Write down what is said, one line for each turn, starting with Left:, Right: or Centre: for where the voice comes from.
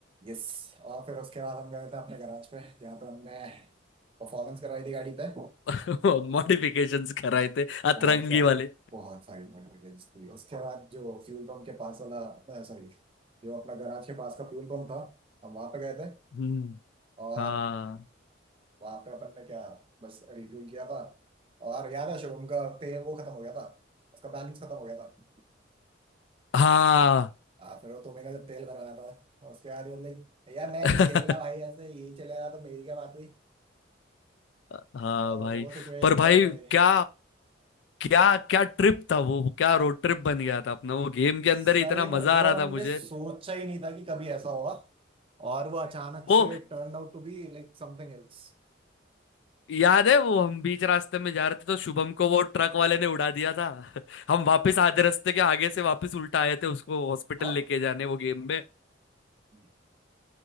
Right: यस और फिर उसके बाद हम गए थे अपने गराज पे जहाँ पे हमने परफॉर्मेंस करवाई थी गाड़ी पे
Left: <laughs> मॉडिफिकेशंस कराए थे अतरंगी
Right: बहुत सारी
Left: वाले
Right: बहुत सारी नोटिफिकेशन थी उसके बाद जो फ्यूल पंप के पास वाला सॉरी जो अपना गराज के पास का फ्यूल पंप था हम वहां पे गए थे
Left: हम्म
Right: और
Left: हाँ
Right: वहां पे अपन ने क्या बस रिफ्यूल किया था और याद है शुभम का तेल वो खत्म हो गया था उसका बैलेंस खत्म हो गया था
Left: हाँ
Right: हाँ फिर वो तुम्हें जब तेल भराना था उसके बाद ये बोलते, यार मैं
Left: <laughs>
Right: नहीं खेलना भाई ऐसे यही चलेगा तो मेरी क्या बात हुई
Left: हाँ
Right: आ,
Left: भाई
Right: वो सिचुएशन
Left: पर भाई
Right: भी बढ़िया थी
Left: क्या क्या क्या ट्रिप था वो क्या रोड ट्रिप बन गया था अपना वो गेम के
Right: सही
Left: अंदर ही इतना मजा
Right: में वो
Left: आ रहा
Right: हमने
Left: था मुझे
Right: सोचा ही नहीं था कि कभी ऐसा होगा और वो अचानक से
Left: वो
Right: turn out to be like something else
Left: याद है वो हम बीच रास्ते में जा रहे थे तो शुभम को वो ट्रक वाले ने उड़ा दिया था <laughs> हम वापस आधे रास्ते के आगे से वापस उल्टा आए थे उसको हॉस्पिटल
Right: हाँ
Left: लेके जाने वो गेम में
Right: जी।